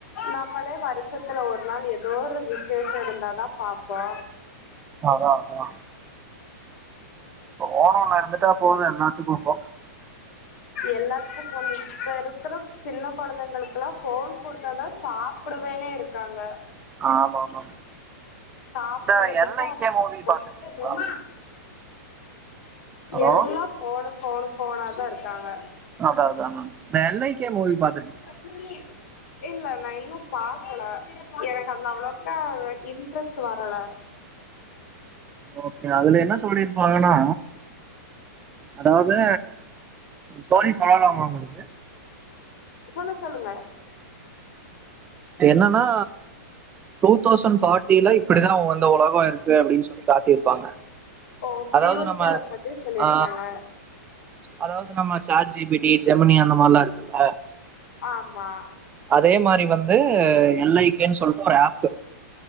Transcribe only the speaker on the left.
நம்மளே வருஷத்துல ஒரு நாள் ஏதோ ஒரு விசேஷம் இருந்தாதா பாப்போ
எல்லாத்துக்கு <unintelligible> இப்ப இருக்குற சின்ன கொழந்தைங்களுக்குல்லா ஃபோன் குடுத்தாதா சாப்பிடுவேனே இருக்காங்க
சாப்படுறதுக்கா
அ
<inaudible>
எல்லா ஃபோனு ஃபோனு ஃபோனாதா இருக்காங்க
<unintelligible> இல்ல நா இன்னு பாக்கல எனக்கு அதுல அவ்ளோக்கா இன்ட்ரெஸ்ட் வரல
சொல்லு சொல்லுங்க
ஓ ஃபியூச்சர
பத்தி சொல்லிருப்பாங்க
ஆமா